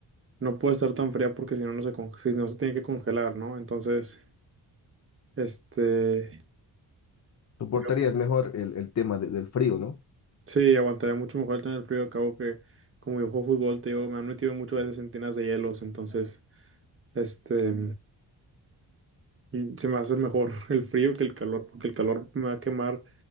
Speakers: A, on the right; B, on the left.
A: no puede estar tan fría porque si no, no se conge- si no se tiene que congelar, ¿no? Entonces, este,
B: Soportarías
A: yo-
B: mejor el, el tema de- del frío, ¿no?
A: sí, aguantaría mucho mejor el tener frío. Acabo que, como yo juego fútbol, te digo, me han metido muchas veces en tinas de hielos, entonces, este, y se me hace mejor <laughs> el frío que el calor, porque el calor me va a quemar